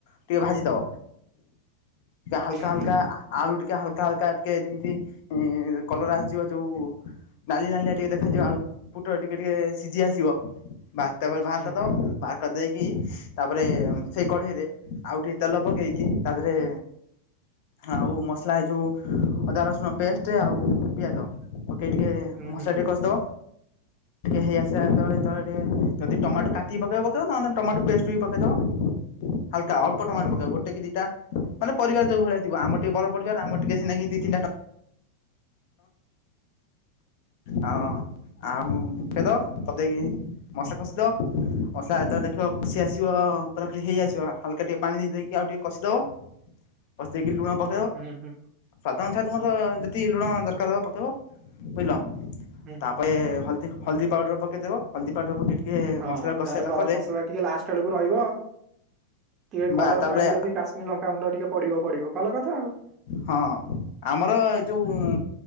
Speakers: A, on the left; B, on the right.
A: ଟିକେ ଭାଜିଦବ ହାଲକା
B: ହୁଁ
A: ହାଲକା
B: ହୁଁ
A: ଆଳୁ ଟିକେ ହାଲକା ହାଲକା ଟିକେ ଯେମିତି କଲର ଆସିଯିବ ଯୋଉ ନାଲି ନାଲିଆ ଟିକେ ଦେଖାଯିବା ଆଳୁ, ପୋଟଳ ଟିକେ ଟିକେ ସିଝି ଆସିବ, ବା ତାପରେ ବାହାର
B: ହୁଁ
A: କରିଦବ
B: ହୁଁ
A: ବାହାର କରିଦେଇକି ତାପରେ ସେଇ କଢେଇରେ ଆଉ ଟିକେ ତେଲ ପକେଇକି ତା ଦେହରେ ଆଉ ମସଲା ଏ ଯେଉଁ ଅଦା ରସୁଣ ପେଷ୍ଟ, ଆଉ ପିଆଜ ପକେଇ ଟିକିଏ
B: ହୁଁ
A: ମସଲା
B: ହୁଁ
A: ଟିକେ କଷିଦେବ। ଟିକେ ହେଇଆସ ଯେତେବେଳେ ଟ ଯଦି ଟମାଟୋ କାଟିକି ପକେଇବା ପକେଇବ ନହେଲେ ଟମାଟୋ ପେଷ୍ଟ ବି ପକେଇଦବ ହାଲକା ଅଳ୍ପ ଟମାଟ
B: ହଁ
A: ପକବା ଗୋଟେ କି ଦିଟା। ମାନେ ପରିବାର ଯୋଉ ଭଳିଆ ଥିବ। ଆମ
B: ହୁଁ ହୁଁ
A: ବଡ ପରିବାର ଆମ ଟିକେ ଦି ତିନି ଟା ହଁ ଆଉ କେ <unintelligible> ମସଲା ଏତେବେଳେ ଲେଖିବ ଖସି ଆସିବ ପୁରା ପୁରୀ ହେଇ ଆସିବ ହାଲକା ଟିକେ ପାଣି ଦେଇକି ଆଉ ଟିକେ କଷିଦବ। ବସେଇକି ଲୁଣ ପ
B: ହୁଁ ହୁଁ।
A: ସ୍ଵାଦ ଅନୁସାରେ ତମର ଯେତିକି ଲୁଣ ଦରକାର ହବ ପକେଇବ ବୁଝିଲ?
B: ହୁଁ
A: ତାପରେ
B: ହୁଁ
A: ହଳଦୀ ହଳଦୀ ପାଉଡର ପକେଇଦବ ହଳଦୀ ପାଉଡର ପକେଇ ଟିକେ
B: ହଁ,
A: ମସଲା କଷି
B: ତାର
A: ସାରିଲା
B: ଗରମ
A: ପରେ
B: ମସଲା ଟିକେ ଲାଷ୍ଟ ବେଳକୁ ରହିବ ଟିକେ କଲର
A: ବା ତାପରେ
B: ପାଇଁ ଯଦି କାଶ୍ମୀର ଲଙ୍କା ଖୁଣ୍ଡ ଟିକେ ପଡିବ ପଡିବ ଭଲ କଥା ଆଉ।
A: ହଁ, ଆମର ଏ ଯୋଉ